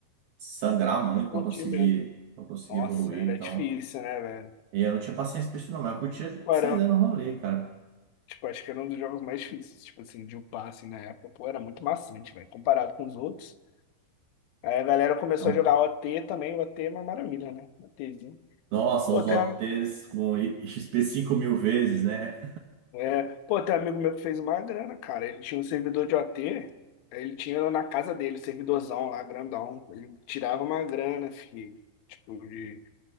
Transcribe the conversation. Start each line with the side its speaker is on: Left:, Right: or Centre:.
Right: sangrar muito
Left: tá curtindo
Right: pra conseguir,
Left: mesmo.
Right: pra conseguir
Left: Nossa,
Right: evoluir.
Left: era
Right: Então,
Left: difícil, né, velho?
Right: e eu não tinha paciência pra isso, não, mas eu curtia
Left: Pô,
Right: sair
Left: Era,
Right: dando rolê, cara.
Left: tipo, acho que era um dos jogos mais difíceis, tipo assim, de upar, assim, na época. Pô, era muito maçante, velho, comparado com os outros. Aí a galera começou
Right: Então,
Left: a jogar OT também, o OT é uma maravilha, né? OTzinho.
Right: Nossa,
Left: Pô,
Right: os
Left: tem,
Right: OTs com XP 5 mil vezes, né?
Left: É, pô, tem um amigo meu que fez uma grana, cara. Ele tinha um servidor de OT, aí ele tinha na casa dele, servidorzão lá, grandão. Ele tirava uma grana, filho. Tipo, de,